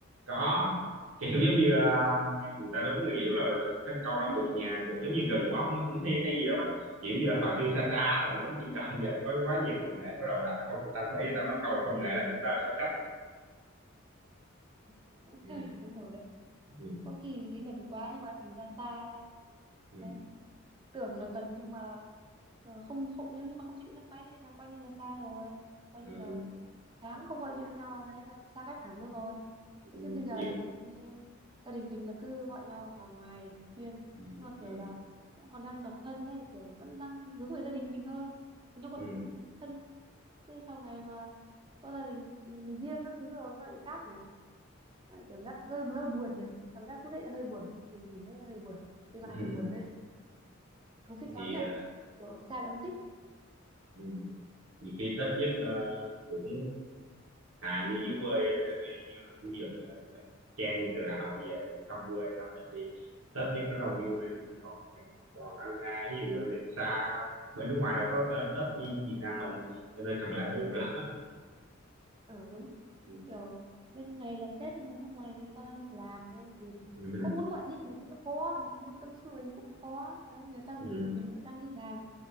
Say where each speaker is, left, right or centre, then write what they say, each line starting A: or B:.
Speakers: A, on the right; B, on the right.
A: có kiểu giống như à, người ta đúng cái kiểu là cái câu nó bụt nhà gần giống như gần quá không cũng thiên hay gì đó á. kiểu giờ hồi xưa xa xa là giống trân trọng vậy có quá nhiều công nghệ bắt đầu làm công người ta bảy người ta mới câu là công nghệ là chúng ta sao chấp
B: <laughs>
A: ừ,
B: đúng rồi đấy
A: ừ,
B: có khi thì thấy gần quá nhưng mà thành ra xa
A: ừ,
B: đấy tưởng là gần nhưng mà ờ, không không nếu như mà không chịu nhấc máy lên là coi như là xa rồi coi
A: ừ,
B: như là tháng không gọi điện với nhau là thấy là xa cách hẳn luôn rồi
A: ừ,
B: thế chứ bây giờ
A: nhiều
B: là mình với- gia đình mình là cứ gọi nhau hàng ngày thường xuyên
A: ừ,
B: nhưng mà kiểu
A: ừ,
B: là nó còn đang độc thân đây kiểu vẫn đang hướng về gia đình mình hơn thì nó còn
A: ừ.
B: kiểu thân thân chứ sau này mà có gia đình riêng các thứ rồi nó lại khác nhỉ Lại kiểu giác hơi hơi buồn nhỉ cảm giác lúc đấy hơi buồn đấy mình nhìn thấy hơi buồn tương lai
A: <laughs>
B: hơi buồn đấy không thích
A: thì
B: lắm nhỉ
A: à,
B: kiểu xa lại không thích
A: <laughs> nhiều khi Tết nhất à, cũng à như dưới quê như khu vực ờ, Trang từ Hà Nội về thăm quê Nam Định đi Tết nhất nó đông vui còn còn anh hai ví dụ xa bên nước ngoài đâu có ờ, Tết như Việt Nam mình cho nên cần lại buồn nữa
B: ừ đúng
A: ừ.
B: kiểu bên này là Tết nhưng mà nước ngoài thì người ta đang đi làm ấy thì
A: Ừ.
B: có muốn gọi điện thì cũng khó mà muốn tâm sự thì cũng khó đấy người ta nghỉ
A: Ừ.
B: thì mình lại đang đi làm